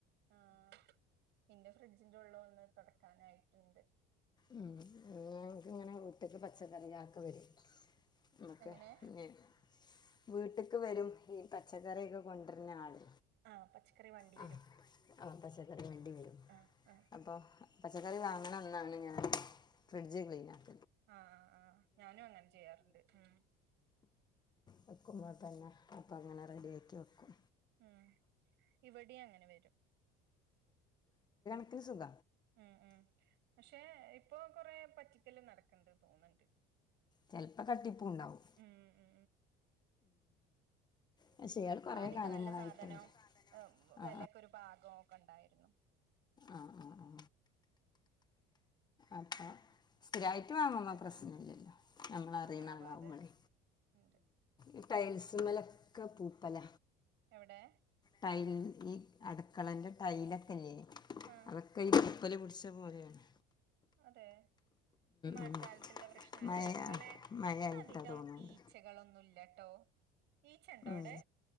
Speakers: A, on the right; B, on the left.
A: ആ ഫ്രിഡ്ജിന്റെ ഉള്ളം ഒന്ന് തുൊടക്കാനായിട്ടുണ്ട്
B: ഉ അ നമക്ക് ഇങ്ങനെത്ത പ പച്ചകറിയക്ക് വര നമക്കെ
A: എങ്ങനെ
B: പിന്നെ വീട്ടക്ക് വരും ഈ പച്ചക്കറിയൊക്കെ കൊണ്ടർണ ആള്
A: ആഹ് പച്ചക്കറി വണ്ടി
B: ആ
A: വരും
B: ആ പച്ചക്കറി വേണ്ടി വരും
A: ആഹ് ആഹ്
B: അപ്പൊ പ കറി വാങ്ങണ ന്നാണ് ഞാൻ ആ ഫ്രിഡ്ജ് ക്ലീനാണ്ണ്
A: ആഹ ആഹ് ഞാനും അങ്ങനെ ചെയ്യാറണ്ട് ഉ
B: വയ്ക്കുമ്പോൾ തന്നെ അപ്പം അങ്ങനെ റെഡിയാക്കി വെക്കും
A: ഉം ഇവിടെ അങ്ങനെ വരും
B: രി സുഖ
A: ഉം ഉം പക്ഷെ ഇപ്പൊ കൊറേ പറ്റിക്കല് നടക്കണ്ട് തോന്നണ്ട്
B: ചിലപ്പോൾ തട്ടിപ്പും ഉണ്ടാവും
A: ഉം ഉ
B: പക്ഷെ ഇയാൾ കുറേ
A: ആദ്യക്ക
B: കാലങ്ങളായിട്ട്
A: നല്ല സാധനവും
B: വരും
A: വിലക്കൊ
B: ആ
A: ഒരു പാകവും ഒക്കെ ണ്ടായിരുന്നു <unintelligible>
B: ആ ആ ആ അപ്പോ സ്ഥിരയിട്ട്
A: ഇപ്പോൾ
B: വങ്ങമ്പോ
A: സാധനം
B: പ്രശ്നല്ലല്ലോ ഞമ്മളറിയുന്ന
A: നന്നാവാതെ
B: ആളാവളെ
A: ഉണ്ട്
B: ഉ ടയൽസ് മലക്ക് പൂപ്പല
A: എവിടെ
B: ടൈൽ ഈ അടുക്കളൻ്റെ ടൈലൊക്കെല്ലെ
A: ആ
B: അതൊക്കെ പാളീദച്ച പോലെണ്
A: അതെ ഈ മഴക്കാലത്തുള്ള
B: ഉം.
A: പ്രശ്നംല്ലേ
B: മഴ
A: അതുപോലെ
B: മഴയായിട്ടാണ്
A: ഇന്ന അധികം
B: തോന്നുന്നുണ്ട്
A: ഈച്ചകളൊന്നുംല്ലട്ടോ ഈച്ച ഉണ്ടോടെ
B: ഉം.